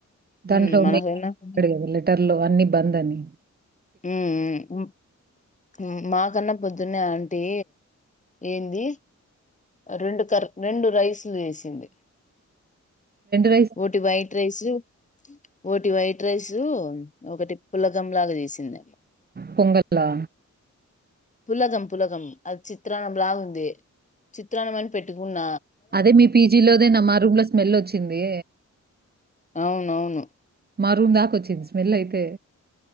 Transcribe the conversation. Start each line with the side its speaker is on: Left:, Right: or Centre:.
Right: దాంట్లో
Left: ఉమ్
Right: <unintelligible>
Left: మనకైనా ఉమ్
Right: గదా లెటర్ లో అన్ని బంద్ అని
Left: ఉమ్ ఊ ఉం మా కన్నా పొద్దునే టే ఏంది రెండు కర్ రెండు రైస్ వేసింది
Right: రైస్
Left: ఒకటి వైట్ రైసు ఒకటి వైట్ రైసు ఒకటి పులగంలాగా చేసింద
Right: పొంగలా?
Left: పులగం పులగం అది చిత్రాన్నం లాగా ఉంది చిత్రాన్నం అని పెట్టుకున్న
Right: అదే మీ పీజీ లోదే నా మా రూమ్ లో స్మెల్ వచ్చింది
Left: అవునవును
Right: మా రూమ్ దాకాచ్చింది స్మెల్ అయితే